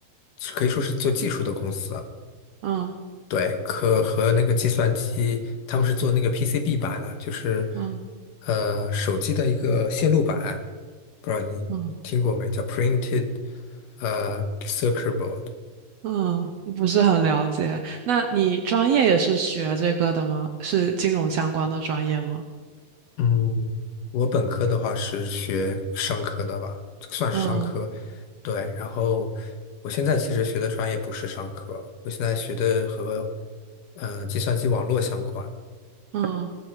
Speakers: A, on the left; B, on the right.
A: 可以说是做技术的公司。
B: 嗯
A: 对，可和那个计算机，他们是做那个 PCB 板的，就是
B: 嗯
A: 呃手机的一个线路板，不知道你听过没？
B: 嗯
A: 叫 printed 呃 circuit board。
B: 嗯，不是很了解。那你专业也是学这个的吗？是金融相关的专业吗？
A: 嗯，我本科的话是学商科的吧，算是商科。
B: 嗯。
A: 对，然后我现在其实学的专业不是商科，我现在学的和呃计算机网络相关。
B: 嗯，